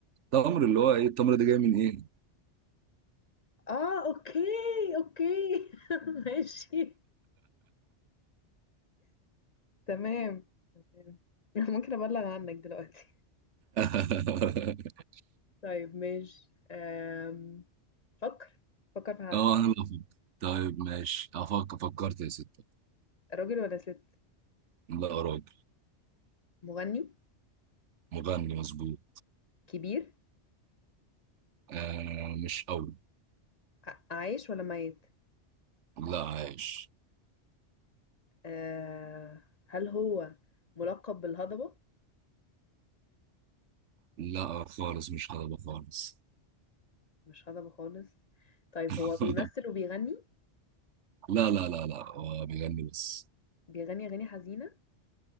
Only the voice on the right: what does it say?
تمر اللي هو إيه التمر ده جاي من إيه؟
<laughs>
اه انا اللي افكر طيب ماشي افكر فكرت يا ستة
لا راجل
مغني مظبوط
آه مش قوي
لا عايش
لا خالص مش هضبة خالص
<laughs>
لا لا لا لا هو بيغني بس